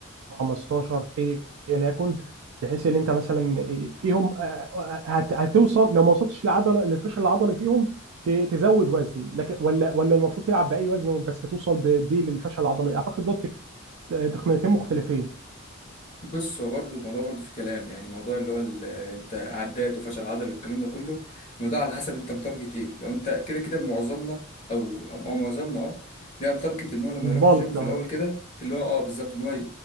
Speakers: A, on the right (about 70°); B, on the left (about 35°).
A: 15 ايا يكن بحيث ان انت مثلا فيهم آه، آه، هت- هتوصل لو ما وصلتش لعضله للفشل العضلي فيهم ت- تزود وزن لكن ولا ولا المفروض تلعب باي وزن بس توصل ب- بيه للفشل العضلي اعتقد دوت تك- تقنيتين مختلفين
B: بص هو برضه الموضوع برضه في كلام يعني موضوع اللي هو ال- انت عدات وفشل عضلي والكلام ده كله الموضوع على حسب انت متارجت ايه لو انت كده كده معظمنا او او أو معظمنا اه بيبقى متارجت ان هو لما
A: البلك
B: يروح الجيم في
A: اه
B: الاول كده اللي هو اه بالظبط ان هو ي-